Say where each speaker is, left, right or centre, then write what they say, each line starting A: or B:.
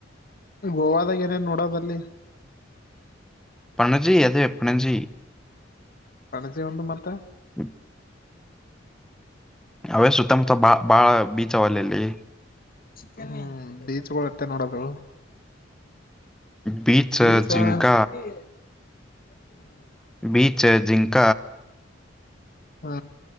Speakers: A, on the left; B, in the centre.
A: ಗೋವದಾಗ ಏನೇನು ನೋಡೋದಲ್ಲಿ
B: ಪಣಜಿ ಅದೆ ಪಣೆಜಿ
A: ಪಣಜಿ ಒಂದು ಮತ್ತೆ
B: ಹ್ಮ ಅವೇ ಸುುತ್ತಮತ್ತ ಬ ಬಾಳ ಬೀಚಾ ಅವೆ ಅಲ್ಲಿ
A: ಹ್ಮ್ ಬೀಚ್ಗಳುಷ್ಟೆ ನೋಡದು
B: ಬೀಚ್
A: <unintelligible>
B: ಜಿಂಕ ಬೀಚ ಜಿಂಕ
A: ಹಾ